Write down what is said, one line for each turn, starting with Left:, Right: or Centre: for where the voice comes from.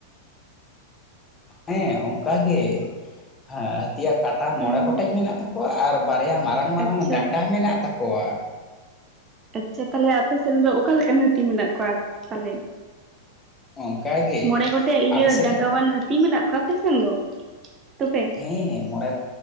Left: ᱦᱮᱸ ᱚᱝᱠᱟ ᱜᱮ ᱦᱮᱸ ᱦᱟᱹᱛᱤᱭᱟᱜ ᱠᱟᱴᱟ
Right: ᱦᱩᱸ
Left: ᱢᱚᱬᱮ ᱜᱚᱴᱮᱡ ᱢᱮᱱᱟᱜ ᱛᱟᱠᱚ ᱟᱨ ᱵᱟᱨᱭᱟ ᱢᱟᱨᱟᱝ ᱢᱟᱨᱟᱝ
Right: ᱟᱪᱪᱷᱟ
Left: ᱰᱟᱴᱟ ᱢᱮᱱᱟᱜ ᱛᱟᱠᱚᱣᱟ᱾
Right: ᱟᱪᱪᱷᱟ ᱛᱟᱦᱞᱮ ᱟᱯᱮ ᱥᱨᱱ ᱫᱚ ᱚᱠᱟ ᱞᱮᱠᱟᱱ ᱦᱟᱹᱛᱤ ᱢᱮᱱᱟᱜ ᱠᱚᱣᱟ ᱛᱟᱦᱞᱮ?
Left: ᱚᱱᱠᱟᱜᱮ
Right: ᱢᱚᱬᱮ ᱜᱚᱴᱮᱡ
Left: ᱟᱞᱮ
Right: ᱤᱭᱟᱹ
Left: ᱥᱮᱫ
Right: ᱡᱟᱸᱜᱟᱣᱟᱱ
Left: ᱫᱚ
Right: ᱦᱟᱹᱛᱤ ᱢᱮᱱᱟᱜ ᱠᱚᱣᱟ ᱟᱯᱮ ᱥᱮᱱ ᱫᱚ ᱛᱚᱵᱮ?
Left: ᱦᱮᱸ ᱢᱚᱬᱮ